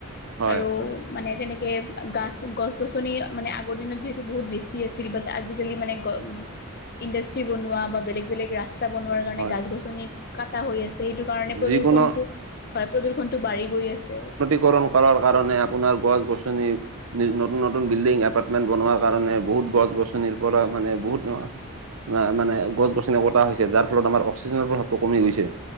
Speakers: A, on the right; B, on the left.
A: হয়
B: আৰু মানে তেনেকে গাছ গছ গছনি মানে আগৰ দিনত যিহেতু বহুত বেছি আছিল আজিকালি মানে গ ইণ্ডাষ্ট্ৰি বনোৱা বা বেলেগ বেলেগ ৰাছ স্তা বনোৱাৰ কাৰণে
A: হয়
B: গছ গছনি কটা হৈ আছে সেইটো কাৰণে প্ৰদূষণটো
A: যিকোনো
B: হয়, প্ৰদূষণটো বাঢ়ি গৈ আছে।
A: কৰম কৰাৰ কাৰণে আপোনাৰ গছ-গছনি - নি নতুন নতুন বিল্ডিং, এপাৰ্টমেন্ট বনোৱাৰ কাৰণে বহুত গছ-গছনিৰ পৰা মানে, বহুত অ'- আ' মানে, গছ-গছনি কটা হৈছে। যাৰ ফলত আমাৰ অক্সিজেনৰ প্ৰভাৱটো কমি গৈছে।